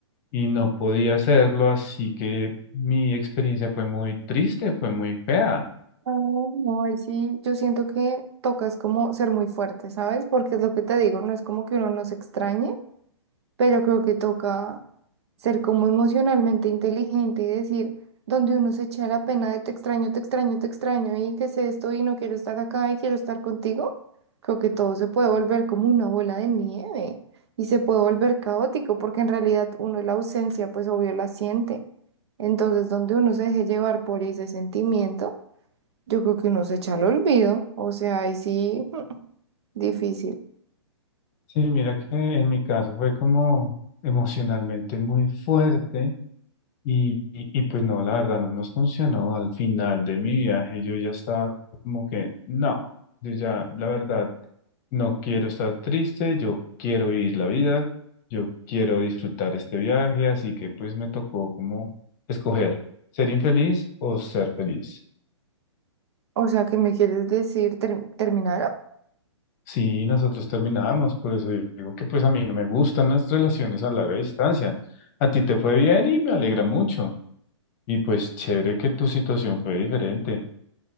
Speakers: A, on the left; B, on the right.
A: y no podía hacerlo, así que mi experiencia fue muy triste, fue muy fea.
B: Ah, no, ahí sí, yo siento que toca es como ser muy fuerte, ¿sabes? Porque es lo que te digo, no es como que uno nos extrañe, pero creo que toca ser como emocionalmente inteligente y decir, donde uno se echa la pena de te extraño, te extraño, te extraño y que sé esto y no quiero estar acá y quiero estar contigo, creo que todo se puede volver como una bola de nieve y se puede volver caótico porque en realidad uno la ausencia pues obvio la siente. Entonces, donde uno se deje llevar por ese sentimiento, yo creo que uno se echa al olvido, o sea, ahí sí, <laughs> difícil.
A: Sí, mira que en mi caso fue como emocionalmente muy fuerte Y, y, y pues no, la verdad no nos funcionó. Al final de mi viaje yo ya estaba como que, no, yo ya, la verdad, no quiero estar triste, yo quiero vivir la vida, yo quiero disfrutar este viaje, así que pues me tocó como escoger ser infeliz o ser feliz.
B: O sea, ¿qué me quieres decir? ¿Ter- ¿Terminaron?
A: Sí, nosotros terminamos, por eso digo que pues a mí no me gustan las relaciones a larga distancia. A ti te fue bien y me alegra mucho. Y pues chévere que tu situación fue diferente.